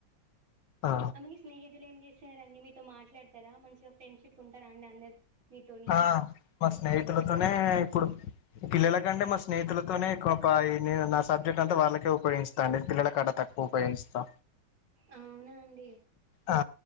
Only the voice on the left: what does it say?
ఆ
ఆ మ స్నేహితుల తోనే ఇప్పుడు పిల్లలకంటే మా స్నేహితులతోనే నా సబ్జెక్ట్ అంతా వాళ్ళకే ఉ ఉపయోగిస్తా అండి పిల్లల కాడ తక్కువ ఉపయోగిస్తా
ఆ